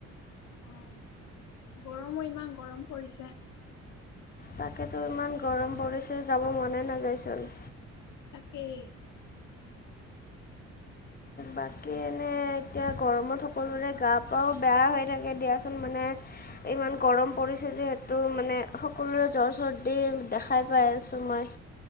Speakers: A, on the left (about 75°); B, on the left (about 30°).
A: অ গৰমো ইমান গৰম পৰিছে
B: তাকেতো ইমান গৰম পৰিছে যাব মনে নাযায় চোন
A: তাকেই
B: বাকী এনেই এতিয়া গৰমত সকলোৰে গা পাও বেয়া হৈ থাকে দিয়াচোন মানে ইমান গৰম পৰিছে যিহেতু মানে সকলোৰে জ্বৰ চৰ্দি দেখাই পাই আছোঁ মই